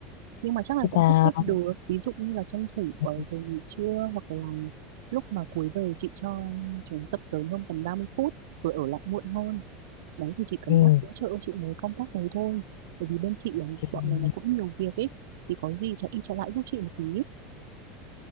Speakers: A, on the right; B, on the left.
A: Nhưng mà chắc là
B: chứ
A: vẫn
B: sao
A: sắp xếp được. Ví dụ như là tranh thủ
B: ừ,
A: ở giờ nghỉ trưa hoặc là lúc mà cuối giờ chị cho chúng tập sớm hơn tầm 30 phút rồi ở lại muộn hơn. Đấy thì chỉ cần
B: ừ,
A: bác hỗ trợ chị mới công tác đấy thôi. Bởi vì bên chị là
B: ok
A: bọn này nó cũng nhiều việc ấy. Thì có gì chạy đi chạy lại giúp chị một tí.